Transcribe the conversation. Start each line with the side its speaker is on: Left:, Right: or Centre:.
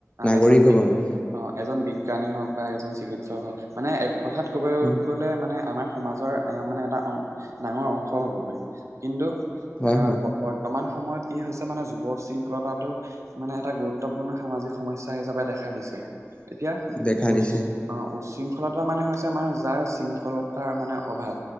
Left: নাগৰিক
Right: এজন
Left: হ'ব
Right: বি--অ
Left: মানে।
Right: এজন বিজ্ঞানী হওঁক বা এজন চিকিৎসক হওঁক মানে এক কথাত ক'বলে
Left: উম,
Right: গ'লে মানে আমাৰ সমাজৰ এ মানে এটা অ ডাঙৰ অংশ হ'বগৈ কিন্তু
Left: হয়,
Right: এ
Left: হয়,
Right: বৰ্ত বৰ্তমান সময়ত কি হৈছে মানে, যুৱ উশৃংখলতাটো মানে এটা গুৰুত্ব ত্বপূৰ্ণ সামাজিক সমস্যা হিচাপে দেখা দিছে, এতিয়া
Left: দেখা
Right: উচ
Left: দিছে
Right: অ', উশৃংখলতাৰ মানে হৈছে আমাৰ যাৰ শৃংখলতাৰ মানে অভাৱ।